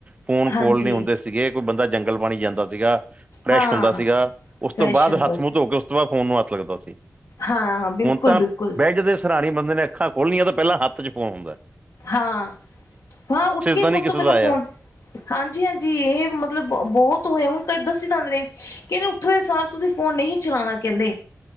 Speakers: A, on the right; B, on the left.
A: ਫੋਨ
B: ਹਾਂਜੀ
A: ਕੋਲ ਨਹੀਂ ਹੁੰਦੇ ਸੀ ਸੀਗੇ, ਕੋਈ ਬੰਦਾ ਜੰਗਲ ਪਾਣੀ ਜਾਂਦਾ ਸੀਗਾ, ਫਰੈਸ਼
B: ਹਾਂ
A: ਹੁੰਦਾ ਸੀਗਾ, ਉਸ ਤੋਂ
B: ਫਰੈਸ਼
A: ਬਾਅਦ
B: ਹੁੰਦਾ
A: ਹੱਥ ਮੂੰਹ
B: ਸੀ
A: ਧੋ ਕੇ ਉਸ ਉਸ ਤੋ ਬਾਦ ਫੋਨ ਨੂੰ ਹੱਥ ਲੱਗਦਾ ਸੀ,
B: ਹਾਂ ਬਿਲਕੁਲ
A: ਹੁਣ ਤਾਂ
B: ਬਿਲਕੁਲ
A: <unintelligible> ਸਰਾਨੇ ਈ ਬੰਦੇ ਨੇ ਅੱਖਾਂ ਖੋਲੀਆਂ ਤਾਂ ਪੈਲਾਂ ਹੱਥ ਚ ਫੋਨ ਹੁੰਦੈ।
B: ਹਾਂ-ਹਾਂ ਉੱਠ ਕੇ
A: ਤਾਂ
B: ਸਭ
A: ਨਹੀਂ ਕਿਸੇ
B: ਤੋਂ ਪੈਲਾਂ
A: ਦਾ ਆਇਆ
B: ਫੋਨ ਹਾਂਜੀ-ਹਾਂਜੀ ਏਹ ਮਤਲਬ ਬ ਬੋਹਤ ਹੋਇਆ ਹੁਣ ਕਈ ਦਸੀ ਜਾਂਦੇ ਨੇ ਕੇਂਦੇ ਉੱਠਦੇ ਸਾਰ ਤੁਸੀ ਫੋਨ ਨਹੀਂ ਚਲਾਣਾ ਕੈਂਦੇ।